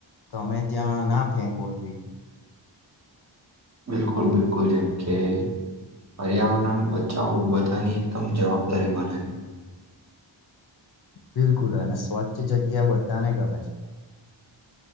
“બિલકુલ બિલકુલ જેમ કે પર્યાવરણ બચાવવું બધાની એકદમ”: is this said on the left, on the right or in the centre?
Right